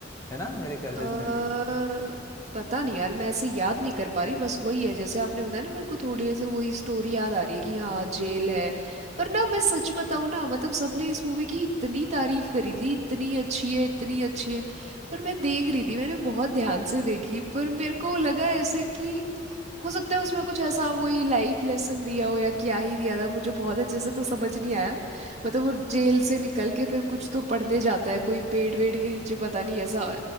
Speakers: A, on the left; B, on the right.
A: है ना मेरे ख्याल
B: अ,
A: से इसमें भी
B: पता नहीं यार मैं ऐसे याद नहीं कर पा रही बस वही है जैसे आपने बताया ना मेरे को थोड़ी ऐसे वही स्टोरी याद आ रही है कि हाँ जेल है पर ना मैं सच बताऊं ना मतलब सबने इस मूवी की इतनी तारीफ करी थी इतनी अच्छी है इतनी अच्छी है पर मैं देख रही थी मैंने बहुत ध्यान से देखी पर मेरे को लगा ऐसे कि हो सकता है उसमें कुछ ऐसा वही लाइफ लेसन दिया हो या क्या ही दिया था मुझे बहुत अच्छे से तो समझ नहीं आया मतलब वो जेल से निकल के फिर कुछ तो पढ़ने जाता है कोई पेड़ वेड़ के नीचे पता नहीं ऐसा